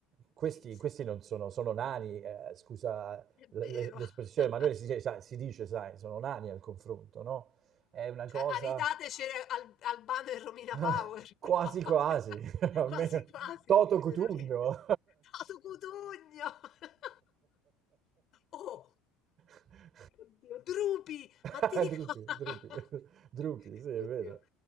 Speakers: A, on the right (about 30°); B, on the left (about 30°).
A: questi,
B: sì, sì,
A: questi non sono, sono nani, eh, scusa
B: è
A: l- l-
B: vero.
A: l'espressione,
B: <laughs>
A: ma noi si, sai, si dice, sai, sono nani al confronto, no? È una
B: Cioè,
A: cosa
B: aridateci Al- Albano e Romina
A: <laughs>
B: Power,
A: quasi
B: però.
A: quasi,
B: <laughs>
A: <laughs> almeno
B: Quasi quasi,
A: Toto Cutugno.
B: veramente. Toto Cutugno! <laughs> Oh,
A: <laughs>
B: oddio, Drupi,
A: <laughs>
B: ma ti ricordi?
A: Drupi, Drupi, <laughs>
B: <laughs>
A: Drupi, sì, è
B: Oddio,
A: vero.